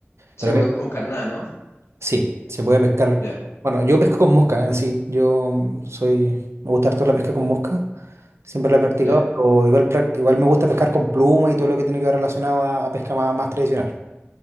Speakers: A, on the left; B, on the right.
A: Sí,
B: Pero
A: pues
B: bien,
A: es con carnada, ¿no?
B: sí, se puede pescar.
A: Ya,
B: Bueno, yo pesco con mosca en sí. Yo mm, soy, me gusta harto la pesca con mosca. Siempre la he practicado,
A: ya.
B: pero igual, prac- igual me gusta pescar con pluma y todo lo que tiene que ver relacionado a, a pesca más, más tradicional.